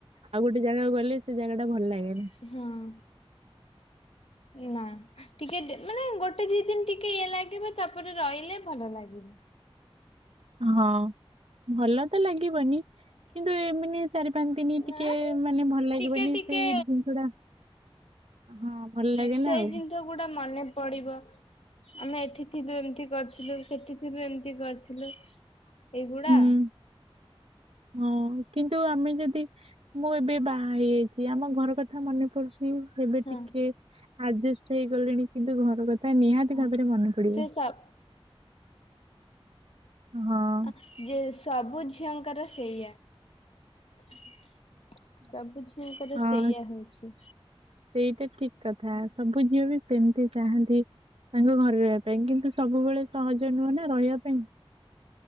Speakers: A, on the right; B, on the left.
A: ଆଉ ଗୋଟେ ଜାଗା ଗଲେ ସେ ଜାଗା ଟା ଭଲ ଲାଗେ ନି।
B: ହଁ ନା ଟିକେ ମାନେ ଗୋଟେ ଦି ଦିନ ଟିକେ ଇଏ ଲାଗିବ ତାପରେ ରହିଲେ ଭଲ ଲାଗିବ।
A: ହଁ ଭଲ ତ ଲାଗିବନି କିନ୍ତୁ ଏମାନେ ଚାରି ପାଞ୍ଚ ଦିନ ଟିକେ
B: ନା
A: ମାନେ ଭଲ ଲାଗିବନି
B: ଟିକେ ଟିକେ
A: ସେଇ ଜିନିଷ ଟା ହଁ। ଭଲ
B: ହଁ
A: ଲାଗେନା
B: ସେଇ
A: ଆଉ
B: ଜିନିଷ ଗୋଟା ମନେ ପଡିବ। ଆମେ ଏଠି ଥିଲୁ ଏମିତି କରିଥିଲୁ ସେଠି ଥିଲୁ ଏମିତି କରିଥିଲୁ। ଏଇଗୁଡା
A: ହୁଁ। ହଁ କିନ୍ତୁ ଆମେ ଯଦି ମୁଁ ଏବେ ବାହା ହେଇଯାଇଛି ଆମ ଘର କଥା ମନେ ପଡୁଛି ଏବେ
B: ହଁ
A: ଟିକେ ଆଡଜଷ୍ଟ ହେଇଗଲେଣି କିନ୍ତୁ ଘର କଥା ନିହାତି
B: ହଁ
A: ଭାବରେ ମନେ ପଡିବ।
B: ସେ ସବ
A: ହଁ।
B: ଆ ଯେ ସବୁ ଝିଅଙ୍କର ସେଇଆ। ସବୁ ଝିଅଙ୍କର
A: ହଁ
B: ସେଇଆ ହଉଛି।
A: ସେଇଟା ଠିକ କଥା ସବୁ ଝିଅ ବି ସେମିତି ଚାହାନ୍ତି। ତାଙ୍କ ଘରେ ରହିବା ପାଇଁ କିନ୍ତୁ ସବୁବେଳେ ସହଜ ନୁହଁ ନା ରହିବା ପାଇଁ।